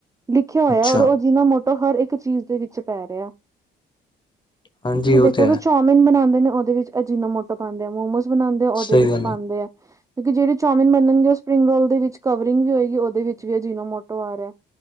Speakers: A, on the right; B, on the left.
A: ਲਿਖਿਆ ਹੋਇਆ
B: ਅੱਛਾ
A: ਔਰ ਆਜੀ਼ਨਾ ਮੋਟੋ ਹਰ ਇੱਕ ਚੀਜ਼ ਦੇ ਵਿੱਚ ਪੈ ਰਿਹਾ।
B: ਹਾਂਜੀ
A: ਤੁਸੀਂ
B: ਉਹ
A: ਦੇਖੋਗੇ
B: ਤੇ ਹੈ
A: ਚਾਊਮਿਨ ਬਣਾਉਂਦੇ ਨੇ ਉਹਦੇ ਵਿੱਚ ਅਜੀਨਾ ਮੋਟੋ ਪਾੰਦੇ ਆ ਮੋਮੋਸ ਬਣਾਉਦੇ ਆ ਉਹਦੇ
B: ਸਹੀ
A: ਵਿੱਚ
B: ਗੱਲ
A: ਪਾਉਂਦੇ
B: ਹੈ
A: ਆ ਕਿਉਂਕਿ ਜਿਹੜੇ ਚਾਊਮਿਨ ਬਣਨਣਗੇ ਉਹ ਸਪਰਿੰਗ ਰੋਲ ਦੇ ਵਿੱਚ ਕਵਰਿੰਗ ਵੀ ਹੋਏਗੀ ਉਹਦੇ ਵਿੱਚ ਵੀ ਅਜੀਨੋਮੋਟੋ ਆ ਰਿਆ।